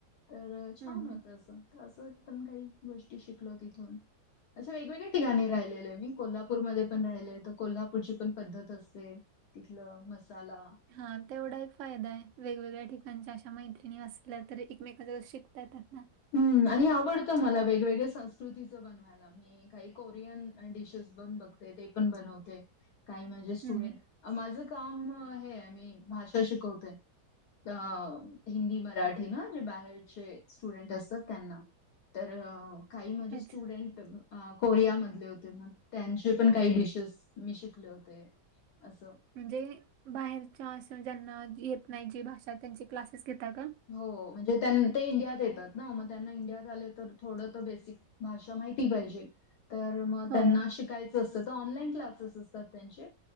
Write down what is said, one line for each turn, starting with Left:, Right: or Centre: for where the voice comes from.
Left: तर छान
Right: हम्म
Left: होत
Right: हम्म.
Left: असं, असं पण काही गोष्टी शिकलो तिथून. असे वेगवेगळ्या ठिकाणी राहिलेले मी, कोल्हापूरमध्ये पण राहिलेय, तर कोल्हापूरची पण पद्धत अस जे तिथलं मसाला
Right: हा, तेवढा एक फायदा हे. वेगवेगळ्या ठिकाणच्या अशा मैत्रिणी असल्या, तर एकमेका जवळ शिकता येतात ना.
Left: हम्म आणि आवडतं मला, वेगवेगळं संस्कृतीचं बनवायला मी काही कोरियन डिशेस पण बघते, ते पण बनवते. काही माझे स्टुडन्ट
Right: हम्म हम्म
Left: माझं काम हे हाय, मी भाषा शिकवते. अं हिंदी, मराठी ना जे बाहेरचे स्टुडंट असतात त्यांना, तर काही माझे
Right: अच्छा
Left: स्टुडंट आ कोरिया मधले होतेन. त्यांचे पण काही डिशेश मी शिकले होते. असं,
Right: म्हणजे बाहेरच्या असं ज्यांना येत नाही जी भाषा त्यांचे क्लासेस घेेता का?
Left: हो, म्हणजे त्यानं ते इंडियात येतात ना, मग त्यांना इंडियात आले तर, थोडं त बेसिक भाषा माहिती पाहिजे. तर मग
Right: हो
Left: त्यांना शिकायचं असत. त ऑनलाईन क्लासेस असतात त्यांचे.